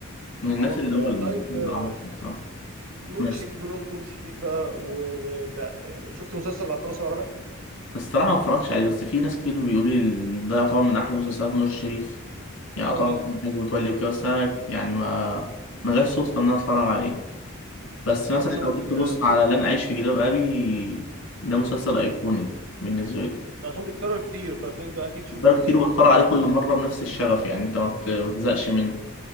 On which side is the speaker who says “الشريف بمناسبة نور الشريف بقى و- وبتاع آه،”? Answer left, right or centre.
Right